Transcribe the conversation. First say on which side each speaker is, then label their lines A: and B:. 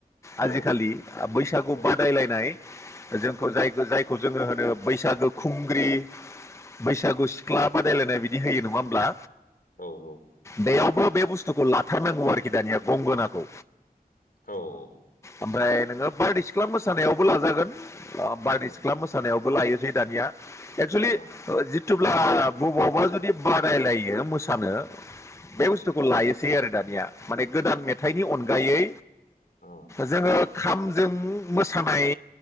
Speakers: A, on the left; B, on the left.
A: औ
B: आजिखालि बैसागु
A: औ
B: बादायलायनाय जोंखौ
A: औ
B: जाय जाय खौ जोंङो होनो बैसागो खुंग्रि बैसागु सिख्ला बादायलायनाय बि बिदि होयो नङा होमब्ला?
A: औ औ।
B: बैयावबो बे बुस्थुखौ लाथारनांगौ आरोखि दानिया गंगोनाखौ।
A: आदसा
B: ओमफ्राय नोंङो बारदै सिख्ला मोसानायावबो लाजागोन। बारदै
A: औ
B: सिख्ला मोसानायावबो लायोसै दानिया एक्सुवेलि
A: औ
B: ओ जि जिथुब्ला बबावबा जुदि बादायलायो मोसानो बे
A: औ
B: बुस्थुखौ लायो। सै आरो दानिया माने गोदान मेथाइनि अनगायै
A: औ नंगौ
B: जोङो खामजों मोसानाय